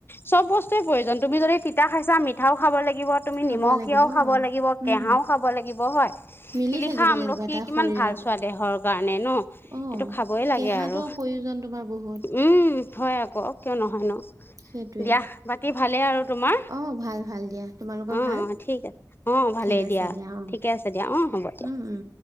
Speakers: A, on the left; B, on the right.
A: চব বস্তুৱয়ে প্ৰয়োজন তুমি যদি তিতা খাইছা মিঠাও খাব লাগিব তুমি
B: খাব
A: নিমখ
B: লাগিব
A: য়াও খাব লাগিব কেহাও
B: উম
A: খাব লাগিব হয়।
B: মিলি
A: শিলিখা
B: থাকিব
A: আমলখি
B: লাগিব এটা
A: কিমান
B: শৰীৰত
A: ভাল চোৱা দেহৰ কাৰণে ন
B: অ
A: সেইটো খাবই লাগে
B: কেঁহাটো
A: আৰু।
B: প্ৰয়োজন তোমাৰ বহুত।
A: উম, হয় আকৌ কিয় নহয় ন'।
B: সেইটোৱে
A: দিয়া। বাকী ভালেই আৰু তোমাৰ?
B: অ ভাল ভাল দিয়া তোমালোকৰ
A: অ'।
B: ভাল
A: ঠিক আছে। অ' ভালেই
B: ঠিক আছে
A: দিয়া।
B: অ
A: ঠিকে আছে দিয়া। অ' হ'ব দিয়া।
B: উম উম